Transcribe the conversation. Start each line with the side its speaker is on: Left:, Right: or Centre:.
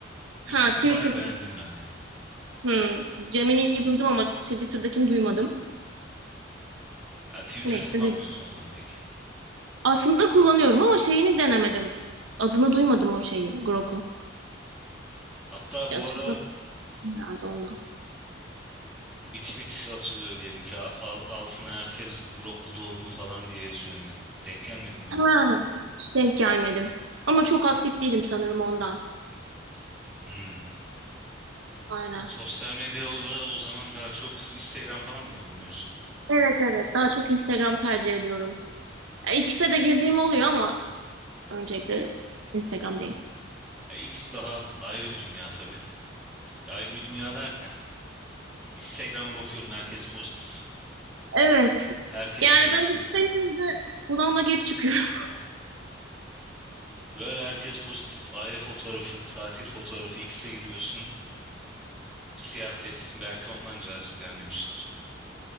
Centre: İkisini
Right: Ha Twitter.
Centre: bayağı beğendim ben ya.
Right: Hmm, Gemini'yi duydum ama Twitter'dakini duymadım.
Centre: Ha, Twitter
Right: Neyse
Centre: kullanmıyorsun
Right: dedim.
Centre: o zaman pek.
Right: Aslında kullanıyorum ama şeyini denemedim. Adını duymadım o şeyi, Grok'u.
Centre: Hatta
Right: Ya
Centre: bu
Right: çok
Centre: ara
Right: herhalde ondan.
Centre: Bir tweet atılıyor diyelim ki a- al- altına herkes Grok bu doğru mu falan diye yazıyor yani. Denk gelmedim böyle.
Right: Ha, hiç denk gelmedim. Ama çok aktif değilim sanırım ondan.
Centre: Hmm.
Right: Aynen.
Centre: Sosyal medyada o zaman daha çok Instagram falan mı kullanıyorsun?
Right: Evet evet. Daha çok Instagram tercih ediyorum. Ya, ikisine de girdiğim oluyor ama öncelikle Instagram'dayım.
Centre: Ya X daha ayrı bir dünya tabii. Ya ayrı bir dünya derken Instagram'a bakıyorum herkes pozitif.
Right: Evet.
Centre: Herkes
Right: Yani
Centre: atıyorum.
Right: ben isteyince bunalıma girip çıkıyorum. <laughs>
Centre: Böyle herkes pozitif ayrı fotoğrafı, tatil fotoğrafı X'e giriyorsun. Siyaset belki ondan cazip gelmemiştir.